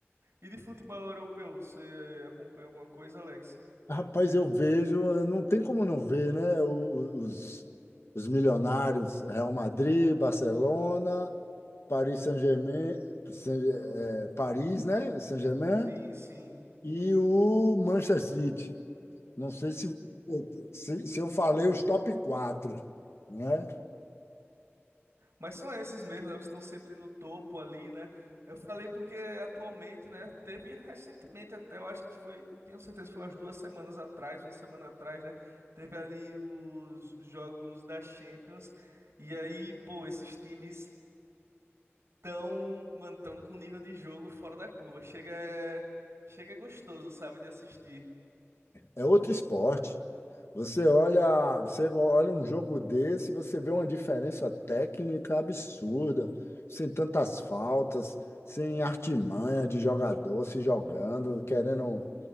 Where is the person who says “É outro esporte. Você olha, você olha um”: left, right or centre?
Left